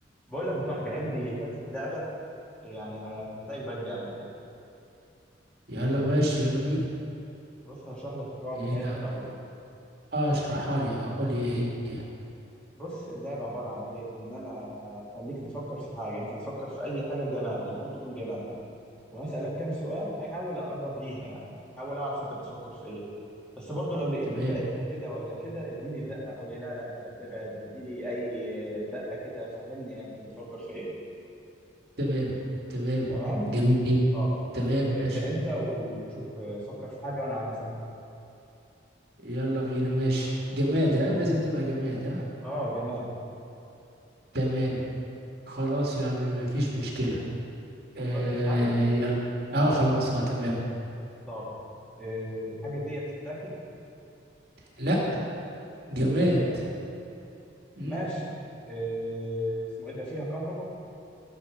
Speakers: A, in the centre; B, on the right.
A: بقول لك يا صاحبي عندي حتة لعبة يعني هت- هتعجبك جامد يعني
B: يلا ماشي يلا بينا
A: بص هشرح لك القواعد
B: ايه
A: بتاعتها
B: اللي عندك
A: الأول
B: اه اشرحها لي اه قول لي ايه هي
A: بص اللعبة عبارة عن إيه إن أنا هخليك تفكر في حاجة أنت هتفكر في أي حاجة جماد المهم تكون جماد وهسألك كام سؤال أحاول أقرب ليها يعني أحاول أعرف أنت بتفكر في إيه بس برضه لو لقيتني
B: تمام
A: بعدت كده ولا كده اديني زقة قول لي لا لا أنت بتبعد اديني أي زقة كده فهمني أنت بتفكر في إيه
B: تمام تمام
A: تمام
B: جميل
A: طب
B: تمام
A: ابدأ
B: ماشي
A: أنت وشوف آه، فكر في حاجة وأنا هسألك
B: يلا بينا ماشي جماد ها لازم تبقى جماد ها
A: أه جماد
B: تمام خلاص يا عم مفيش مشكلة
A: فكرت
B: آه
A: في حاجة
B: يلا اه خلاص اه تمام
A: طب آه، الحاجة دي بتتاكل
B: لا جماد
A: مش بتتاكل
B: مم.
A: ماشي آه، اسمه ايه ده فيها كهرباء